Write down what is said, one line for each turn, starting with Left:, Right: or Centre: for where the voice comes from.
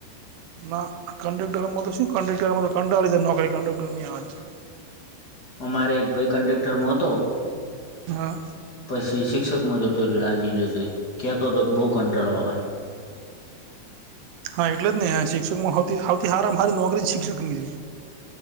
Right: ના કન્ડક્ટરમાં તો શું કન્ટક્ટરમાં તો કનટાળી જાય નોકરી કન્ડક્ટરની આવે તો
Left: અમારે એક ભાઈ કંડેક્ટરમા હતો
Right: હા
Left: પછી શિક્ષકમાં જોતો જો લાગી જોતી ક્યાતો તો બહુ કંટાળો આવે
Right: હા એટલે જ નહી શિક્ષકમાં હૌથી હારામાં હામારી નોકરી શિક્ષક ની છે